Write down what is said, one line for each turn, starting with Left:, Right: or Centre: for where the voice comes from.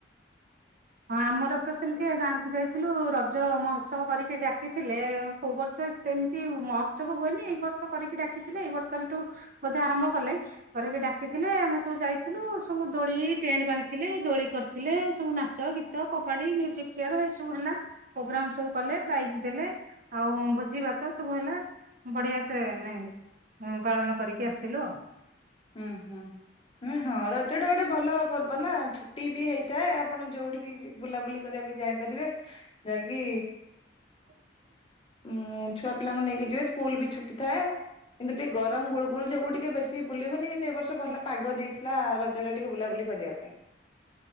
Right: ହଁ ଆମର ତ ସେମିତି ଗାଁ କୁ ଯାଇଥିଲୁ ରଜ ମହୋତ୍ସବ କରିକି ଡାକିଥିଲେ, କୋଉ ବର୍ଷ ସେମିତି ମହଉତ୍ସବ୍ ହୁଏନି ଏଇ ବର୍ଷ କରିକି ଡାକିଥିଲେ, ଏଇ ବର୍ଷଠୁ ବୋଧେ ଆରମ୍ଭ କଲେ ଡାକିଥିଲେ, ଆମେ ସବୁ ଯାଇଥିଲୁ, ସବୁ ଦୋଳି ଟେଣ୍ଟ ବାନ୍ଧିଥିଲେ, ଦୋଳି କରିଥିଲେ ସବୁ ନା ନାଚ, ଗୀତ, କବାଡି, ମିଉଜିକ ଚେୟାର, ଏ ସବୁ ହେଲା ପ୍ରୋଗ୍ରାମ ସବୁ କଲେ ପ୍ରାଇଜ ଦେଲେ, ଆଉ ଭୋଜି ଭାତ ସବୁ ହେଲା ବଢିଆ ସେ ଆମେ ପାଳନ କରିକି ଆସିଲୁ ଆଉ।
Left: ହୁଁ ହୁଁ। ଉଁ ହଁ ରଜ ଟା ଗୋଟେ ଭଲ ପର୍ବ ନା ଛୁଟି ବି ହେଇଥାଏ ଆପଣ ଯୋଉଠିକି ଯି ବୁଲାବୁଲି କରିବା ଯାଇପାରିବେ, ଯାଇକି
Right: <unintelligible>
Left: ଉଁ ଛୁଆ ପିଲାଙ୍କୁ ନେଇକି ଯିବେ ସ୍କୁଲ ବି ଛୁଟି ଥାଏ କିନ୍ତୁ ଟିକେ ଗରମ ଗୁଳୁ ଗୁଳି ଯୋଗୁ ଟିକେ ବେଶୀ ବୁଲି ହୁଏନି କିନ୍ତୁ ଏବ ବର୍ଷ ଭଲ ପାଗ ଦେଇଥିଲା ରଜରେ ଟିକେ ବୁଲାବୁଲି କରିବା ପାଇଁ।